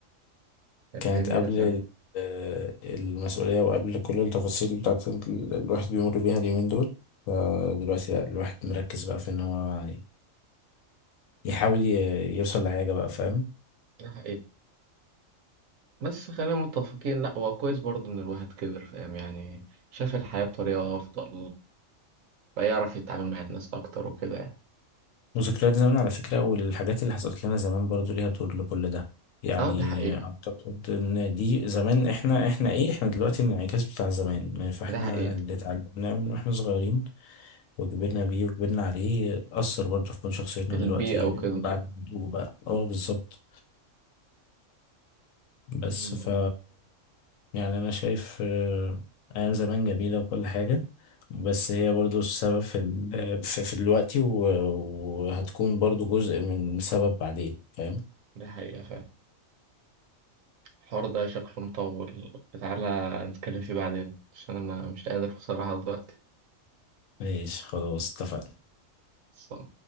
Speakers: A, on the right (about 80°); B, on the left (about 80°).
A: كانت
B: كانت
A: جميلة
B: قبل
A: فاهم
B: ال- آه، المسؤولية وقبل كل التفاصيل بتاعت ال- الواحد بيمر بيها اليومين دول فدلوقتي لا الواحد مركز بقى في ان هو يحاول ي- يوصل لحاجة بقى فاهم
A: ده حقيقي بس خلينا متفقين لا هو كويس برضه إن الواحد كبر فاهم يعني شاف الحياة بطريقة أفضل بقى يعرف يتعامل مع الناس أكتر وكده يعني
B: وذكريات زمان على فكرة والحاجات اللي حصلت لنا زمان برضو ليها دور لكل ده يعني
A: اه ده حقيقة
B: اعتقد ان دي زمان احنا احنا ايه احنا دلوقتي الانعكاس بتاع زمان فاحنا
A: ده حقيقة
B: اللي اتعلمناه من واحنا صغيرين وكبرنا بيه وكبرنا عليه أثر برضه في كون شخصيتنا
A: البيئة
B: دلوقتي
A: وكده
B: بعد النضوج بقى اه بالظبط بس
A: مم.
B: ف يعني انا شايف آه، ايام زمان جميله وكل حاجه بس هي برضو السبب في ال... في, في دلوقتي و... وهتكون برضو جزء من سبب بعدين فاهم
A: دي حقيقة فعلا الحوار ده شكله مطول تعالى نتكلم فيه بعدين عشان أنا مش قادر بصراحة دلوقتي
B: ماشي خلاص اتفقنا
A: صح.